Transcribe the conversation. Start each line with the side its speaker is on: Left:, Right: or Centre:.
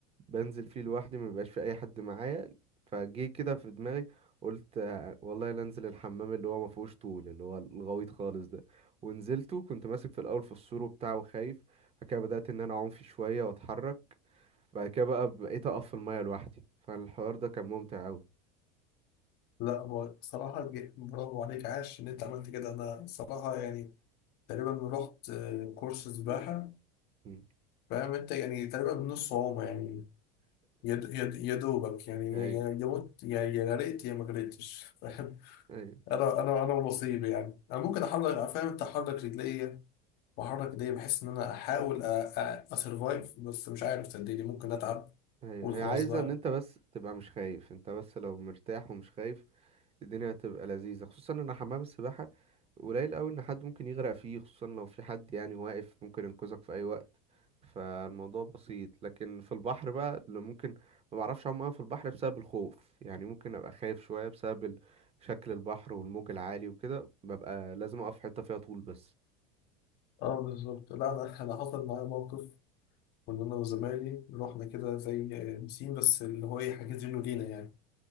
Right: بنزل فيه لوحدي ما بيبقاش في اي حد معايا فجه كده في دماغي قلت آه، والله لا انزل الحمام اللي هو ما فيهوش طول اللي هو الغويط خالص ده ونزلته كنت ماسك في الاول في السور وبتاع وخايف بعد كده بدأت ان انا اعوم فيه شوية واتحرك بعد كده بقى بقيت اقف في المايه لوحدي فالحوار ده كان ممتع قوي
Left: لا هو صراحه ج- برافو عليك عاش ان انت عملت كده انا صراحه يعني تقريبا رحت آه، كورس سباحه
Right: <laughs>
Left: فاهم انت يعني تقريبا بنص عومه يعني يا د- يا د- يا دوبك يعني
Right: ايوه
Left: يا يا يا مت يا يا غرقت يا ما غرقتش فاهم
Right: ايوه
Left: انا انا انا ونصيبي يعني انا ممكن احرك فاهم انت احرك رجلي بحرك ايديا بحس ان انا احاول اسرفايف بس مش عارف صدقني ممكن اتعب
Right: ايوه
Left: واقول
Right: هي
Left: خلاص
Right: عايزه
Left: بقى
Right: ان انت بس تبقى مش خايف انت بس لو مرتاح ومش خايف الدنيا هتبقى لذيذه خصوصا ان حمام السباحه قليل قوي ان حد ممكن يغرق فيه خصوصا لو في حد يعني واقف ممكن ينقذك في اي وقت فالموضوع بسيط لكن في البحر بقى اللي ممكن ما بعرفش اعوم قوي في البحر بسبب الخوف يعني ممكن ابقى خايف شويه بسبب ال- شكل البحر والموج العالي وكده ببقى لازم اقف في حته فيها طول بس
Left: اه بالظبط لا انا <laughs> أنا حصل معايا موقف كنا انا وزمايلي رحنا كده زي بسين بس اللي هو ايه حاجزينه لينا يعني